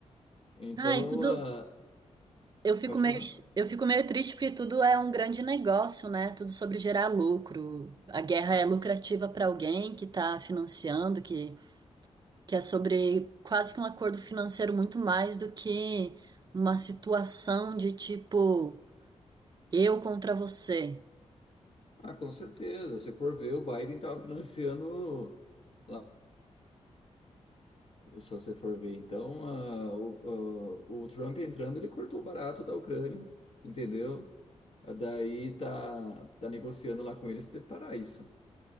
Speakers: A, on the left (about 55°); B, on the right (about 35°).
A: Então,
B: Ah, e tudo.
A: ah,
B: Eu fico
A: pode
B: meio,
A: falar?
B: eu fico meio triste porque tudo é um grande negócio, né? Tudo sobre gerar lucro. A guerra é lucrativa para alguém que está financiando, que que é sobre quase que um acordo financeiro muito mais do que uma situação de tipo eu contra você.
A: Ah, com certeza. Se for ver, o Biden estava financiando lá, se você for ver. Então, ah, o, ah, o Trump entrando, ele cortou barato da Ucrânia, entendeu? Ah, Daí tá, tá negociando lá com eles para eles parar isso,